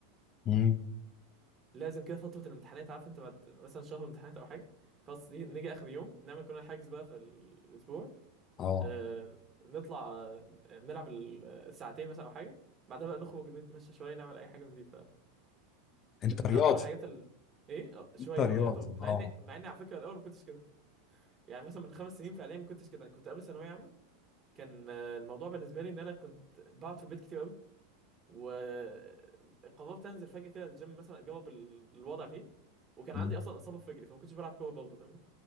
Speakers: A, on the left (about 35°); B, on the right (about 30°).
A: مم.
B: لازم كده فتره الامتحانات عارف انت بعد مثلا شهر امتحانات او حاجه خلاص دي- نيجي اخر يوم نعمل كلنا حاجز بقى في الاسبوع
A: اه
B: آه، نطلع آه، نلعب ال- آه، ساعتين مثلا او حاجه بعدها بقى نخرج نتمشى شويه نعمل اي حاجه من دي
A: انت
B: فمن
A: رياضي
B: اكتر الحاجات ال... ايه آه، شويه
A: انت رياضي
B: اه يعتبر مع
A: اه
B: اني مع اني على فكره الاول ما كنتش كده يعني مثلا من خمس سنين فعليا ما كنتش كده أنا كنت قبل ثانويه عامه كان آه، الموضوع بالنسبه لي ان انا كنت بقعد في البيت كتير قوي وقررت انزل فجاه كده الجيم مثلا اجرب ال- الوضع فيه وكان
A: مم.
B: عندي اصلا اصابه في رجلي فما كنتش بلعب كوره برضه فاهمني